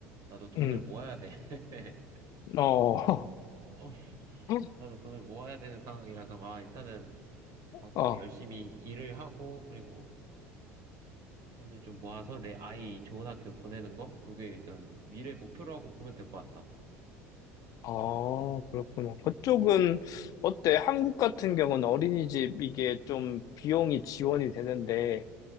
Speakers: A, on the right; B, on the left.
A: 나도 돈을
B: 음,
A: 모아야 돼. <laughs>
B: 어,
A: 어,
B: <laughs>
A: 나도 돈을 모아야 되는 상황이라서, 아, 일단은 나도
B: 어,
A: 열심히 일을 하고, 그리고 돈을 좀 모아서 내 아이 좋은 학교 보내는 거? 그게 일단 미래 목표로 하고 보면 될 것 같다.
B: 어, 그렇구나. 그쪽은 어때? 한국 같은 경우는 어린이집 이게 좀 비용이 지원이 되는데,